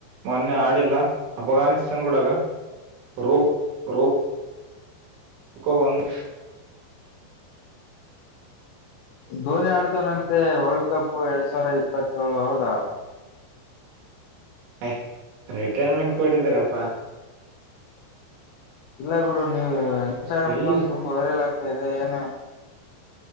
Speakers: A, on the right; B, on the left.
A: ಮೊನ್ನೆ ಆಡಿಲ್ಲ ಅಫ್ಘಾನಿಸ್ತಾನ್ ಗೂಡಗ ರೋ ರೋ ಹಕೋ ಒಂದು
B: ಧೋನಿ ಆಡ್ತನಂತೆ ವರ್ಲ್ಡ್ ಕಪ್ ಎರಡ್ ಸಾವಿರ ಇಪ್ಪತ್ತೇಳು ಹೌದಾ
A: ಹೇ ರಿಟೈರ್ಮೆಂಟ್ ಕೊಟ್ಟಿದಾರಪ್ಪಾ
B: ಇಲ್ಲ ಗುರು ನೀವು ಇನ್ಸ್ಟಾಗ್ರಾಮ್ಲೀ
A: ಎಲ್ಲಿ
B: ತುಂಬಾ ವೈರಲ್ ಆಗ್ತ ಇದೆ ಏನು